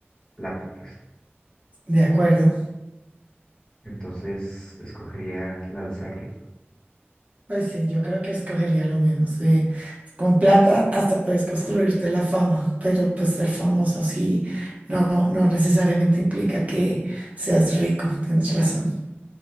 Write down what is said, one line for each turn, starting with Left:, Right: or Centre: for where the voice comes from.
Left: plata, pues.
Right: De acuerdo.
Left: Entonces, escogería la de ser rico.
Right: Pues sí, yo creo que escogería lo mismo. Sí. Con plata hasta puedes construirte la fama, pero pues ser famoso sí no, no necesariamente implica que seas rico. Tienes razón.